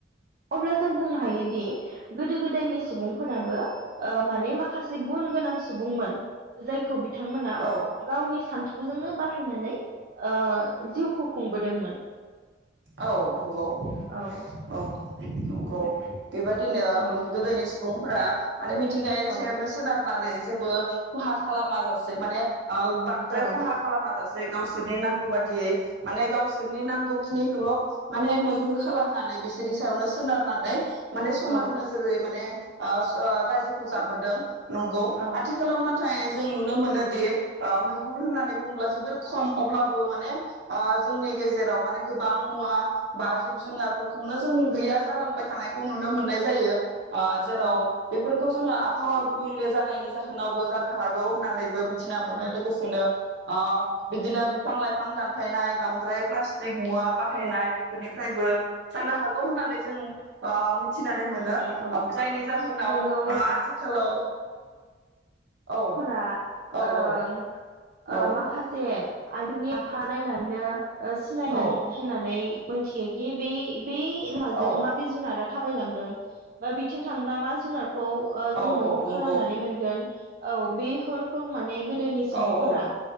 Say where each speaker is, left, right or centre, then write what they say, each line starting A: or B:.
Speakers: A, on the right (about 50°); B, on the right (about 65°).
A: अब्ला जों बुंनो हायोदि गोदो गोदायनि सुबुंफोराबो ओ माने माखासे गुन गोनां सुबुंमोन जायखौ बि थांमोना
B: औ
A: गावनि सान्थौजोंनो बाहायनानै ओ जिउखौ खुंबोदोंमोन
B: औ नंगौ
A: औ
B: औ नंगौ बेबायदिनो
A: औ
B: बे गोदोनि सुबुं फो फोरा माने मिथिंगायानि
A: औ
B: सायावनो सोनार नानै जेबो खहा खालामा जासे माने आ बांद्राय
A: औ
B: खहा खालामा जास जे गावसोरनि नांगौ बादियै माने गावस सोरनि नांगौ निखोल माने मैहुर खालामनानै बिसोरनि सायावनो सोनारनानै माने समान
A: औ
B: नोजोरै माने ओ स ओ रायजोखौ जाबोदों नंगौ
A: औ
B: आथिखालाव नाथाय जों नुनो मोनोदि मैहुर होननानै बुङोब्ला जोबोर खम अब्लाबो माने ओ जोंनि गेजेराव माने गोबां मुवा बा जिब जुनारफोरखौनो जों गैया जालांबाय थानायखौ नुनो मोननाय जायो ओ
A: औ
B: जेराव बेफोर खौ जोङो आबहावा गुबुंले जानायनि जाहोनावबो जानो हागौ होननानैबो मिथिना मोनो
A: औ
B: लोगोसेनो ओ बिदिनो बिफां लाइफां दानफायनाय बांद्राय फ्लास जे मुवा बाहायनाय
A: औ
B: बेफोरनिफ्रायबो जानो हागौ होननानै जों आ‌ मि थिनानै
A: बुंनो
B: मोनो
A: हायो औ
B: ओ जायनि जाहोनाव
A: नोंगौ
B: बा आथिखालाव औ
A: फोरा
B: औ
A: ओं
B: औ
A: ओ
B: औ
A: माखासे ए <unintelligible> सिनायमोन
B: औ
A: होननानै मिथियोदि बाय बे लामाजों
B: औ
A: मा बेे जुनारा थाबायलांदों बा बिथिं थांबा मा जुनार खौ
B: औ
A: जों मैहुर
B: औ नंगौ
A: खालामनानै मोनगोन औ बेफोरखौ माने गो गोदोनि सुबुंफोरा
B: औ औ